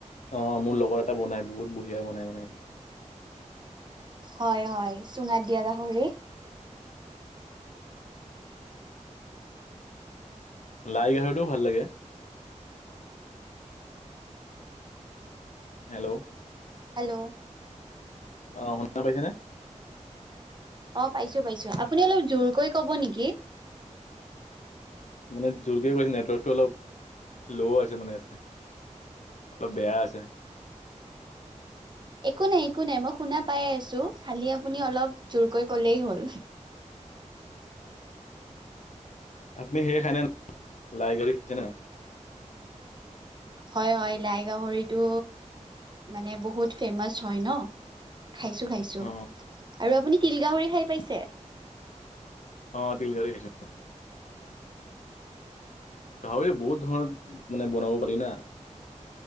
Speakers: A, on the left; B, on the right.
A: অ', মোৰ লগৰ এটাই বনাই, বহুত বঢ়িয়া বনাই মানে।
B: হয় হয়, চুঙাত দিয়া গাহৰি।
A: লাই গাহৰিটোও ভাল লাগে। হেল্ল'।
B: হেল্ল'।
A: অ', শুনা পাইছানে?
B: অ', পাইছো পাইছো, আপুনি অলপ জোৰকৈ ক'ব নেকি?
A: মানে জোৰকৈ কৈ আছোঁ, নেটৱৰ্কটো অলপ ল' আছে মানে ইয়াতে। অলপ বেয়া আছে।
B: একো নাই, একো নাই, মই শুনা পাই আছো, খালি আপুনি অলপ জোৰকৈ ক'লেই হ'ল।
A: আপুনি হেৰি খাই নে, লাই গাহৰি খাইছে নে নাই?
B: হয় হয়, লাই গাহৰিটো মানে বহুত ফেমাচ হয় ন। খাইছো খাইছো,
A: অ
B: আৰু আপুনি তিল গাহৰি খাই পাইছে?
A: অ', তিল গাহৰি খাইছো। গাহৰি বহুত ধৰণৰ মানে বনাব পাৰি না।